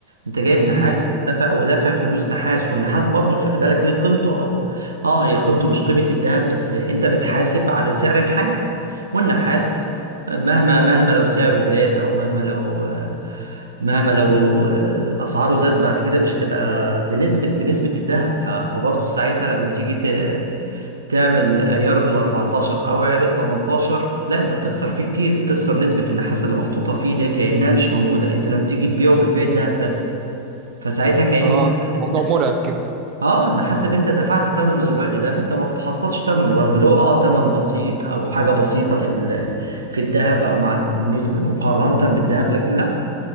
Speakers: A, on the right; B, on the right.
A: انت جايب نحاس
B: م- م.
A: دافع ودافع فلوس نحاس والنحاس برضو خلي بالك ليه قيمته او اه هي قيمته مش قيمة الدهب بس انت بتحاسب على سعر نحاس والنحاس مهما مهما لو سعره زاد او مهما لو مهما لو آه، اسعاره زاد بعد كده مش هتبقى بنسبة بنسبة الدهب ف- فبرضو ساعتها لما تيجي ت- تعمل عيار ال 14 او عيار ال 18 لا انت بتخسر فيه كتير بتخسر نسبة النحاس اللي محطوطة فيه دي كأنها مش موجودة انت لما تيجي تبيعه بتبيع الذهب بس فساعتها كأن
B: اه الموضوع
A: النحاس
B: مرعب كده
A: اه النحاس اللي انت دفعت ثمنه دلوقتي ده انت ما بتحصلش ثمنه رغم اللي هو اه ثمن بسيط او حاجة بسيطة في ال... في الذهب او مع نسبة مقارنة بالذهب لكن لا